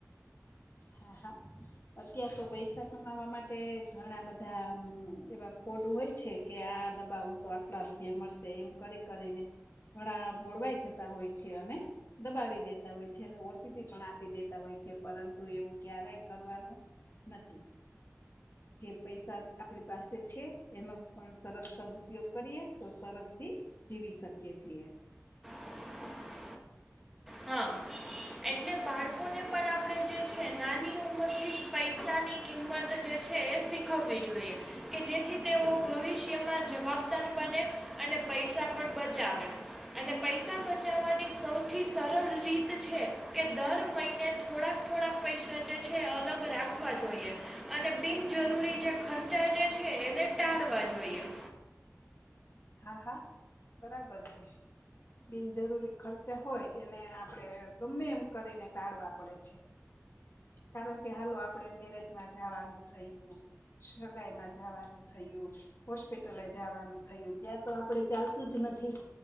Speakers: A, on the left; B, in the centre.
A: હા હા અત્યાર તો પૈસા કમાવા માટે ઘણા બધા એવા ફોડ હોય છે કે આ આ દબાવો તો આટલા રૂપિયા મળશે એમ કરી કરીને ઘણા ભોળવાઈ જતા હોય છે અને દબાવી દેતા હોય છે અને ઓ ટી પી પણ આપી દેતા હોય છે પરંતુ એવું ક્યારેય કરવાનું નથી જે પૈસા આપણી પાસે છે એનો પણ સરસ સદઉપયોગ કરીએ તો સરસ થી જીવી શકીએ છીએ
B: <inaudible> હા એટલે બાળકો ને પણ આપણે જે છે નાની ઉમરથી જ પૈસાની કિંમત જે છે <inaudible> શીખવવી જોઈએ કે જેથી તેઓ ભવિષ્યમાં જવાબદાર બને અને પૈસા પણ બચાવે અને પૈસા બચાવવાની સૌથી સરળ રીત છે કે દર મહિને થોડાક થોડાક પૈસા જે છે અલગ રાખવા જોઈએ અને બિન બિન જરૂરી જે ખર્ચા જે છે એને ટાળવા જોઈએ
A: હા હા બરાબર છે બિનજરૂરી ખર્ચા હોય એને આપણે ગમે એમ કરીને ટાળવા પડે છે કારણ કે હાલો આપડે મેરેજમાં જવાનું થયું સગાઈમાં જવાનું થ યું હોસ્પિટલે જવાનું થયું ત્યાં તો આપડે ચાલતું જ નથી